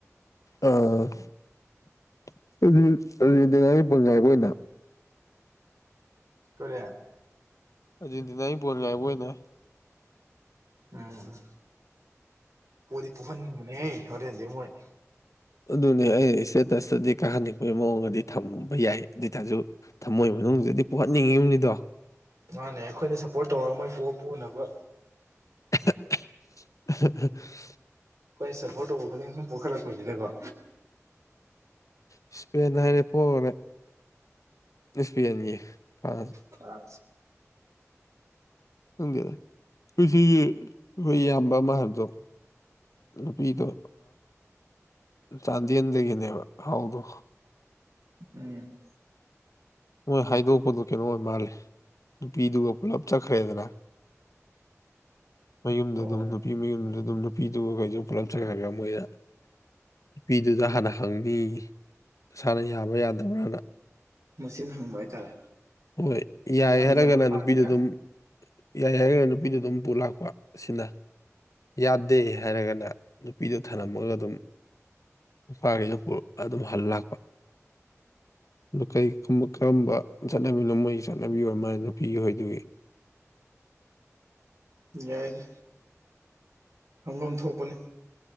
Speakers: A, on the left (about 80°); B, on the right (about 70°).
A: ꯑꯥꯉꯥꯒꯤ ꯄꯪꯈꯥꯏꯕ ꯑꯣꯏꯅ꯫
B: ꯀꯦ꯫
A: ꯑꯔꯖꯦꯟꯇꯤꯅꯥꯒꯤ ꯄꯣꯟ ꯉꯥꯏꯕ ꯑꯣꯏꯅ꯫
B: ꯎꯝ ꯎ ꯄꯣꯏꯗꯤ ꯄꯣꯛꯍꯟꯅꯤꯡꯕꯅꯦ ꯍꯣꯔꯦꯟꯗꯤ ꯍꯣꯏ꯫
A: ꯑꯗꯨꯅꯦ ꯑꯩ ꯏꯁꯇꯦꯇꯁꯇꯗꯤ ꯀꯥꯍꯟꯅꯤꯡꯕꯒꯤ ꯃꯑꯣꯡꯗꯗꯤ ꯊꯝꯕ ꯌꯥꯏ ꯑꯗꯨꯇꯥꯁꯨ꯫ ꯊꯝꯃꯣꯏ ꯃꯅꯨꯡꯗꯨꯗꯤ ꯄꯨꯍꯟꯅꯤꯡꯉꯤꯕꯅꯤꯗꯣ
B: ꯃꯥꯅꯦ ꯑꯩꯈꯣꯏꯅ ꯁꯞꯄꯣꯔꯠ ꯇꯧꯔꯒ ꯃꯣꯏ ꯄꯣ ꯄꯨꯅꯕ
A: ꯑ <unintelligible>
B: ꯑꯩꯈꯣꯏ ꯁꯞꯄꯣꯔꯠ ꯇꯧꯕ ꯈꯨꯗꯤꯡ ꯁꯨꯝ ꯄꯣꯛꯈꯠꯂꯛꯄꯁꯤꯗꯀꯣ
A: ꯏꯁꯄꯦꯟ ꯍꯥꯏꯔꯦ ꯄꯣꯛꯔꯦ ꯏꯁꯄꯦꯟꯒꯤ ꯐ꯭ꯔꯥꯟꯁ
B: ꯊ
A: ꯈꯪꯗꯦ ꯑꯩꯊꯒꯤ ꯑꯩꯈꯣꯏ ꯏꯌꯥꯝꯕ ꯃꯍꯔꯗꯣ ꯅꯨꯄꯤꯗꯣ ꯆꯥꯟꯗꯦꯜꯗꯒꯤꯅꯦꯕ ꯍꯥꯎꯗꯣ
B: ꯎꯝ
A: ꯃꯣꯏ ꯍꯥꯏꯗꯣꯛꯄꯗꯨ ꯀꯩꯅꯣ ꯑꯣꯏ ꯃꯥꯜꯂꯤ ꯅꯨꯄꯤꯗꯨꯒ ꯄꯨꯜꯂꯞ ꯆꯠꯈ꯭ꯔꯦꯗꯅ ꯃꯌꯨꯝꯗ
B: ꯑꯣ
A: ꯑꯗꯨꯝ ꯅꯨꯄꯤ ꯃꯌꯨꯝꯗ ꯑꯗꯨꯝ ꯅꯨꯄꯤꯗꯨꯒ ꯀꯩꯗꯨ ꯄꯨꯂꯞ ꯆꯪꯉꯑꯒ ꯃꯣꯏꯗ ꯅꯨꯄꯤꯗꯨꯗ ꯍꯥꯟꯅ ꯍꯪꯉ ꯅꯁꯥꯅ ꯌꯥꯕ꯭ꯔꯥ ꯌꯥꯗꯕ꯭ꯔꯅ
B: ꯃꯁꯤꯅ ꯍꯪꯕ ꯍꯥꯏꯇꯥꯔꯦ
A: ꯍꯣꯏ ꯌꯥꯏ
B: ꯅꯝꯗꯅ
A: ꯍꯥꯏꯔꯒꯅ
B: ꯐꯥꯔꯤꯔ
A: ꯅꯨꯄꯤꯗ ꯑꯗꯨꯝ ꯌꯥꯏ ꯍꯥꯏꯔꯒꯅ ꯅꯨꯄꯤꯗ ꯑꯗꯨꯝ ꯄꯨ ꯂꯥꯛꯄ ꯑꯁꯤꯅ꯫ ꯌꯥꯗꯦ ꯍꯥꯏꯔꯒꯅ ꯅꯨꯄꯤꯗꯣ ꯊꯝꯂꯝꯝꯃꯒ ꯑꯗꯨꯝ꯫ ꯅꯨꯄꯥꯈꯩꯗꯨ ꯑꯗꯨꯝ ꯍꯜ ꯂꯥꯛꯄ꯫ ꯀꯩꯒꯕ ꯀꯔꯝꯕ ꯆꯠꯅꯕꯤꯅꯣ ꯃꯣꯏꯒꯤ ꯆꯠꯅꯕꯤ ꯑꯣꯏ ꯃꯥꯅ ꯅꯨꯄꯤꯒꯤ ꯍꯣꯏꯗꯨꯒꯤ꯫
B: ꯌꯥꯏ ꯑꯗꯨ ꯈꯪꯐꯝꯝ ꯊꯣꯛꯄꯅꯤ